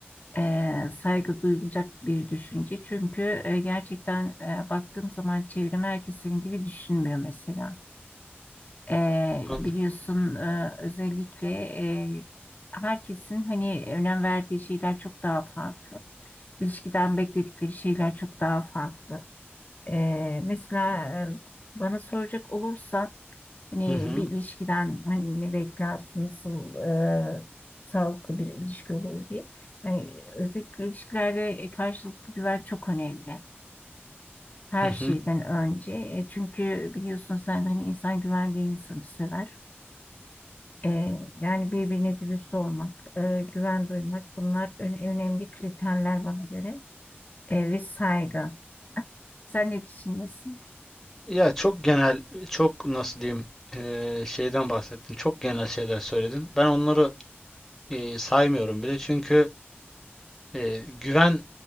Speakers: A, on the left (about 40°); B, in the centre.
A: E, saygı duyulacak bir düşünce. Çünkü e, gerçekten e, baktığım zaman çevrem herkes senin gibi düşünmüyor mesela. Eee,
B: Anladın?
A: biliyorsun eee, özellikle eee, herkesin hani önem verdiği şeyler çok daha farklı. İlişkiden bekledikleri şeyler çok daha farklı. Eee, mesela eee, bana soracak olursan hani
B: Hı hı.
A: bir ilişkiden hani ne beklersin, nasıl eee, sağlıklı bir ilişki olur diye. Yani özellikle ilişkilerde e, karşılıklı güven çok önemli. Her
B: Hı
A: şeyden
B: hı.
A: önce. E, çünkü biliyorsun sen hani insan güvendiği insanı sever. Ee, yani birbirine dürüst olmak, e, güven duymak bunlar ön- önemli kriterler bana göre. Ee, ve saygı. Sen ne düşünüyorsun?
B: Ya çok genel, çok nasıl diyeyim eee, şeyden bahsettin. Çok genel şeyler söyledin. Ben onları eee, saymıyorum bile çünkü eee, güven